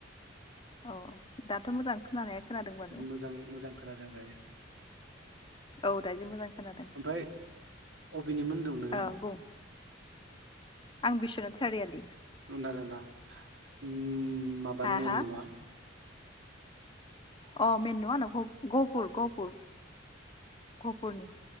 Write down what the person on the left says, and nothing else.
औ दाथ' मोजां खोनानाया खोनादों बारू
औ दा जि मोजां खोनादों
औ बुं आं बिस्वनाथ सारियालि
हा
हा
अ मेन नङा गह गहपुर-गहपुर -गहपुरनि